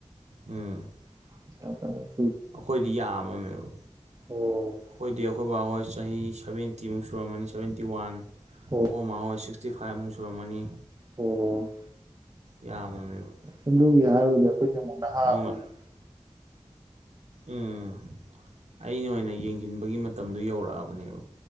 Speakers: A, on the right (about 80°); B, on the right (about 35°).
A: ꯎꯝ
B: <unintelligible>
A: ꯑꯈꯣꯏꯗꯤ ꯌꯥꯝꯃꯝꯃꯦꯕ
B: ꯑꯣ
A: ꯑꯈꯣꯏꯗꯤ ꯑꯈꯣꯏ ꯕꯥ ꯍꯣꯏ ꯆꯍꯤ ꯁꯕꯦꯟꯇꯤꯃꯨꯛ ꯁꯨꯔꯝꯃꯅꯤ ꯁꯕꯦꯟꯇꯤ ꯋꯥꯟ
B: ꯑꯣ
A: ꯑꯈꯣꯢ ꯃꯥ ꯍꯣꯏ ꯁꯤꯛꯁ ꯇꯤ ꯐꯥꯏꯚ ꯃꯨꯛ ꯁꯨꯔꯝꯃꯅꯤ
B: ꯑꯣ
A: ꯌꯥꯝꯃꯃꯦꯕ
B: ꯁꯑꯗꯨꯒꯤ ꯍꯥꯏꯔꯨꯔꯗꯤ ꯑꯩꯈꯣꯏꯗꯤ ꯑꯃꯨꯛ ꯅꯍꯥ
A: ꯑꯗꯨꯅ
B: ꯑꯣꯏꯔꯤ
A: ꯎꯝ ꯑꯩꯅ ꯑꯣꯏꯅ ꯌꯦꯡꯖꯤꯟꯕꯒꯤ ꯃꯇꯝꯗꯨ ꯌꯧꯔꯛꯑꯕꯅꯦꯕ